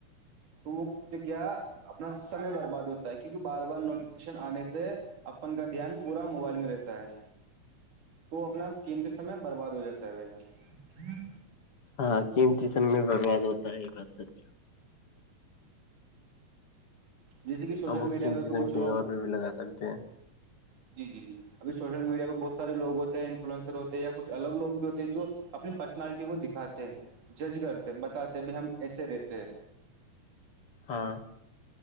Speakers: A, on the right (about 85°); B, on the left (about 50°).
A: تو وہ سے کیا اپنا سمے برباد ہوتا ہے کیونکہ بار بار نوٹیفکیشن آنے سے اپن کا دھیان پورا موبائل میں رہتا ہے تو اپنا قیمتی سمے برباد ہو جاتا ہے بھائی جان
B: ہاں قیمتی سب میں برباد ہوتا ہے یہ بات سچا
A: جیسے کہ سوشل
B: اب وہ
A: میڈیا
B: قیمتی
A: پہ بھی
B: طرح
A: کچھ
B: کہیں
A: لوگ
B: اور پہ بھی لگا سکتے ہیں
A: جی جی جی ابھی سوشل میڈیا پہ بہت سارے لو ہوتے ہیں انفلئنسر ہوتے ہیں یاچھ الگ لو بھی ہوتے ہیں جو اپنی پرسنالٹی کو دکھاتے جج کرتے بتاتے بھائی ہم ایسے رہتے ہیں
B: ہاں